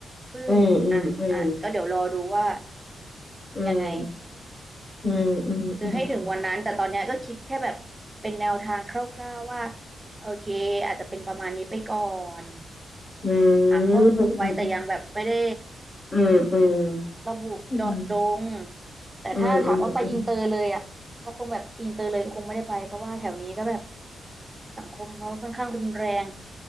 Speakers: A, on the right; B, on the left.
A: ซึ่งอ่ะอ่ะก็เดี๋ยวรอดูว่า
B: อือืมอืมอืม
A: ยังไง
B: อืมอืมอืม
A: หรือให้ถึงวันนั้นแต่ตอนเนี้ยก็คิดแค่แบบเป็นแนวทางคร่าวๆว่าโอเคอาจจะเป็นประมาณนี้ไปก่อน
B: อื
A: หาข้อมูลไว้แต่ยังแบบไม่ได้
B: มอืมอืมอืม
A: ระบุเจาะจง
B: อืม อืม
A: แต่ถ้าถามว่าไปอินเตอร์เลยอ่ะก็คงแบบอินเตอร์เลยก็คงไม่ได้ไปเพราะว่าแถวนี้ก็แบบ
B: อืมอืมอืม
A: สังคมเขาค่อนข้างรุนแรง